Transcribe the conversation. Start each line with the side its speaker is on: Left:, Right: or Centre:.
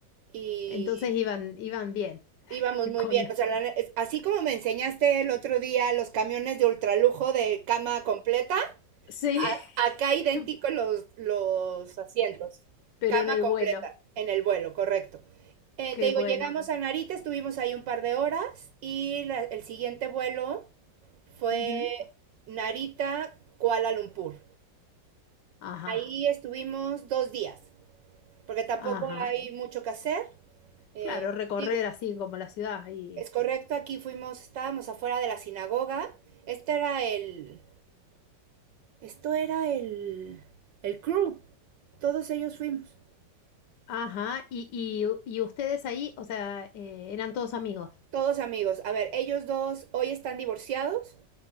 Right: Y
Left: Entonces iban, iban bien
Right: íbamos
Left: <laughs>
Right: muy
Left: con,
Right: bien. O sea, la ne- es- así como me enseñaste el otro día los camiones de ultralujo de cama completa,
Left: sí,
Right: A- acá idéntico
Left: <laughs>
Right: los, los asientos,
Left: pero
Right: cama
Left: en el
Right: completa
Left: vuelo.
Right: en el vuelo, correcto. Eh,
Left: Qué
Right: te digo,
Left: bueno.
Right: llegamos a Narita, estuvimos ahí un par de horas y la- el siguiente vuelo fue
Left: Ujú.
Right: Narita, Kuala Lumpur.
Left: Ajá,
Right: Ahí estuvimos dos días, porque tampoco
Left: ajá.
Right: hay mucho que hacer. Eh,
Left: Claro, recorrer
Right: digo,
Left: así como la ciudad y,
Right: es correcto, aquí fuimos, estábamos afuera de la sinagoga. Este era el, esto era el, el crew, todos ellos fuimos.
Left: ajá. Y, y, u- y ustedes ahí, o sea, eh, eran todos amigos.
Right: Todos amigos. A ver, ellos dos hoy están divorciados